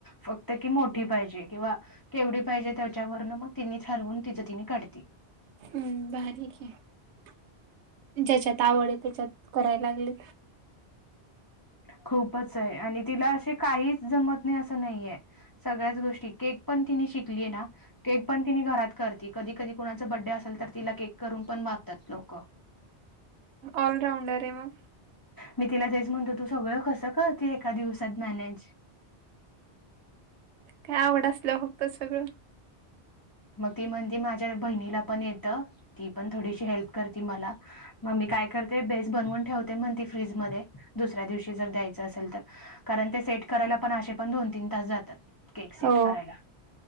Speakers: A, on the left; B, on the right.
A: फक्त कि मोठी पाहिजे किंवा केवढी पाहिजे त्याच्यावरन मग तिनी ठरवून तिचं तिनी काढते.
B: हम्म भारीये की ज्याच्यात आवड ये त्याच्यात कराया लागली.
A: खूपच ये आणि तिला अशी काहीच जमत नाही असं नाहीये. सगळ्याच गोष्टी केक पण तिने शिकलीये ना केक पण तिनी घरात करती कधी कधी कोणाच बड्डे असल तर तिला केक करून पण मागतात लोक <inaudible>
B: ऑलराऊंडर ये मग
A: मी तिला तेच म्हणतो तू सगळं कसं करते एका दिवसात मॅनेज
B: काय आवड असल्यावर होतं सगळं
A: मग ती म्हणती माझ्या बहिणीला पण येतं ती पण थोडीशी हेल्प करती मला मग मी काय करते बेस बनवून ठेवते म्हणती फ्रीजमध्ये दुसऱ्या दिवशी जर द्यायचं असेल तर कारण ते सेट करायला पण अशे पण दोन तीन तास जातात. केक सेट
B: हो
A: करायला